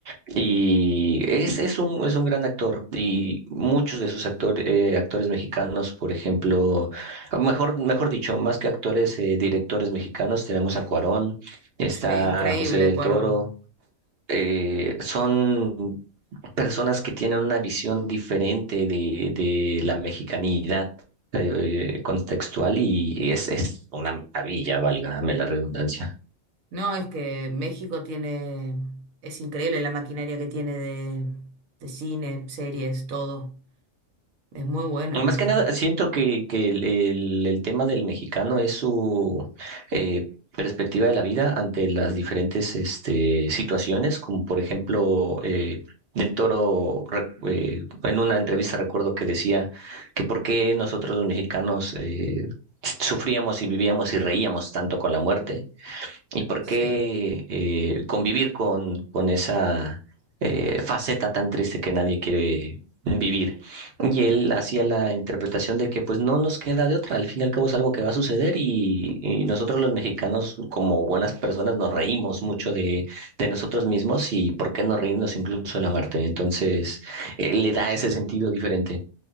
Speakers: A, on the right (about 55°); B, on the right (about 85°).
A: y es, es un, es un gran actor. Y muchos de sus actor- eh, actores mexicanos, por ejemplo, ah, mejor, mejor dicho, más que actores, eh, directores mexicanos, tenemos a Cuarón, está
B: sí, increíble,
A: José del
B: Cuarón.
A: Toro. eh, son personas que tienen una visión diferente de, de la mexicanidad eh, eh, contextual y es, es una maravilla, valga la redundancia.
B: No, es que México tiene, es increíble la maquinaria que tiene de, de cine, series, todo. Es muy bueno
A: Más
B: México.
A: que nada, siento que, que el, el- el tema del mexicano es su eh, perspectiva de la vida ante las diferentes este, situaciones, como por ejemplo eh, Del Toro, re- eh, en una entrevista recuerdo que decía que por qué nosotros los mexicanos eh, sufríamos y vivíamos y reíamos tanto con la muerte y por
B: Sí,
A: qué eh, convivir con, con esa eh, faceta tan triste que nadie quiere vivir. Y él hacía la interpretación de que pues no nos queda de otra, al fin y al cabo es algo que va a suceder y, y nosotros los mexicanos como buenas personas nos reímos mucho de, de nosotros mismos y por qué no reírnos incluso de la muerte. Entonces, eh, le da ese sentido diferente.